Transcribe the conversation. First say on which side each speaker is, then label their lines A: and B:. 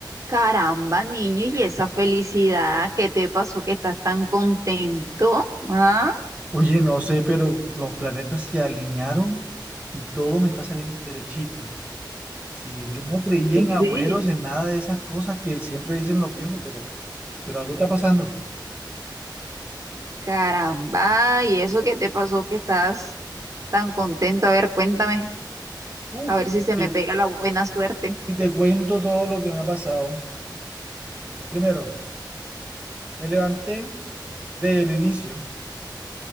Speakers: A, on the right (about 45°); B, on the right (about 15°).
A: Caramba, niño, y esa felicidad, ¿qué te pasó que estás tan contento? ¿Ah?
B: Oye, no sé, pero los planetas se alinearon y todo me está saliendo derechito. Sí, yo no creía en agüeros,
A: Sí.
B: en nada de esas cosas que siempre dicen los viejos, pero, pero algo está pasando.
A: Caramba, ¿y eso qué te pasó que estás tan contento? A ver, cuéntame,
B: Uf,
A: a ver si se
B: sí.
A: me pega la buena suerte.
B: Y te cuento todo lo que me ha pasado. Primero, me levanté del inicio,